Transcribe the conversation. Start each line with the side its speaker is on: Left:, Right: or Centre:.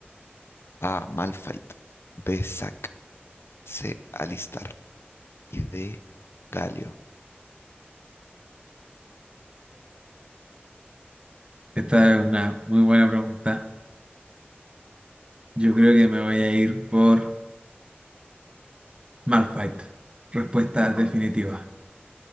Left: A. Malphite. B. Zac. C, alistar y D, Galio.
Right: Esta es una muy buena pregunta. Yo creo que me voy a ir por Malphite. Respuesta definitiva.